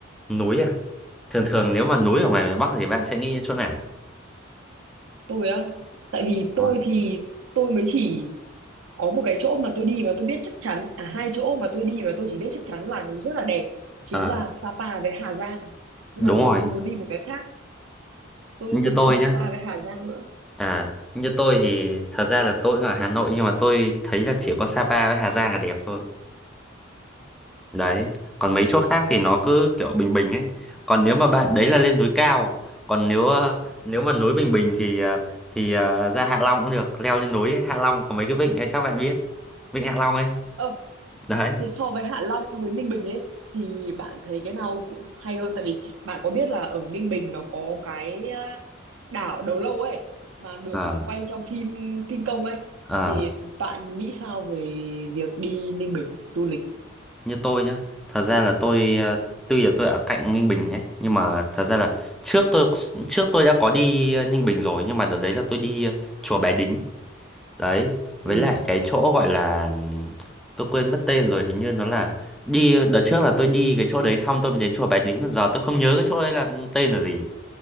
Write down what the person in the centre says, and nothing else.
núi à thường thường nếu mà núi ở ngoài miền Bắc thì bạn sẽ nghĩ đến chỗ nào
Đúng
rồi.
Ờ,
đúng
rồi
như
tôi
nhá
À, như tôi thì thật ra là tôi cũng ở Hà Nội nhưng mà tôi thấy là chỉ có Sapa với Hà Giang là đẹp thôi. Đấy, còn mấy
chỗ khác thì nó cứ kiểu bình bình ấy. Còn nếu mà bạn đấy là lên núi cao, còn nếu ờ, nếu mà núi bình bình thì ờ, thì ờ, ra Hạ Long cũng được, leo lên núi ấy. Hạ Long có mấy cái vịnh ấy chắc bạn biết. Vịnh Hạ Long ấy.
Đấy.
Ờ,
ờ.
như tôi nhá thật ra là tôi ờ, tuy là tôi ở cạnh Ninh Bình ấy nhưng mà thật ra là trước tôi trước tôi đã có đi ờ, Ninh Bình rồi nhưng mà đợt đấy là tôi đi ờ, chùa Bái Đính đấy với
lại cái chỗ gọi là ừm, tôi quên mất tên rồi hình như nó là đi đợt trước là tôi đi cái chỗ đấy xong tôi mới đến chùa Bái Đính còn giờ tôi không nhớ cái chỗ đấy là tên là gì